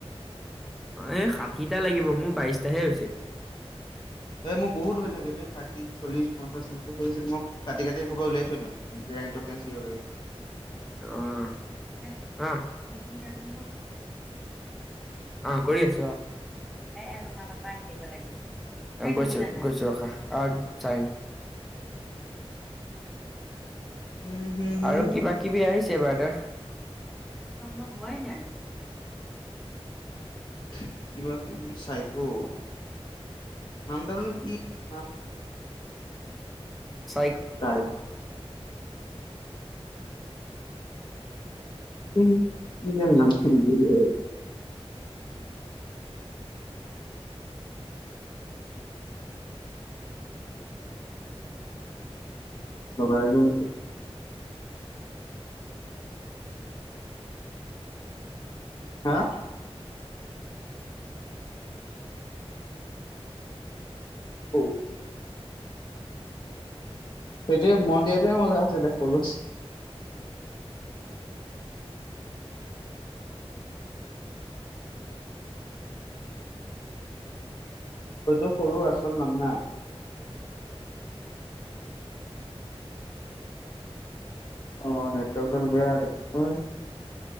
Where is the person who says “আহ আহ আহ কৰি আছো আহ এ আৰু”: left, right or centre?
Centre